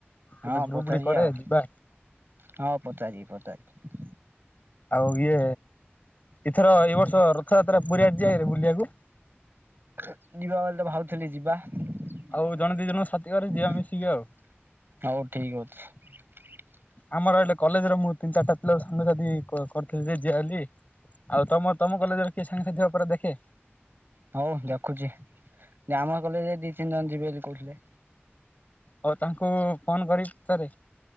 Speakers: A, on the left; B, on the right.
A: ଗୋଟେ
B: ହଁ
A: ଗ୍ରୁପ
B: ପଚାରିବା
A: ଟେ କରେ
B: ଆଉ
A: ଯିବା।
B: ହଁ ପଚାରିବି ପଚାରିବି।
A: ଆଉ ଇଏ ଏଥର ଏଇ ବର୍ଷ ରଥଯାତ୍ରା ପୁରୀ ଆଡେ ଯିବାକିରେ ବୁଲିବାକୁ।
B: ଯିବା ବୋଲିତ ଭାବଥିଲି ଯିବା। ହୋଉ
A: ଆଉ
B: ଜଣ
A: ଜଣେ
B: ଦି
A: ସାଥି କରି
B: ଜଣଙ୍କୁ
A: ଯିବା ମିଶିକି
B: ଠିକ
A: ଆଉ
B: କର ବୁଲିବାକୁ ଏଥି ଯିବା। <unintelligible>
A: ଆମର ଏଇଲେ କଲେଜ ର ମୁ ତିନି ଚାରିଟା ପିଲା ସାଙ୍ଗସାଥି କର କର ଯି ଯିଆଲି ଆଉ ତମ ତମ କଲେଜର କିଏ ସାଙ୍ଗସାଥିର ଉପରେ ଦେଖେ?
B: ହୋଉ ଦେଖୁଛି ଗାଉଁଆ କଲେଜରେ ଦି ତିନି ଜଣ ଯିବେ ବୋଲି କହୁଥିଲେ।
A: ହୋଉ ତାଙ୍କୁ ଫୋନ କରି ପଚାରେ।